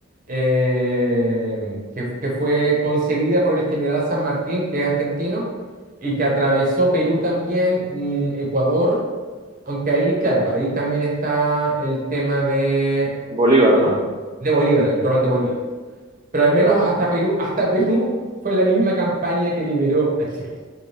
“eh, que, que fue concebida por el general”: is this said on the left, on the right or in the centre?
Right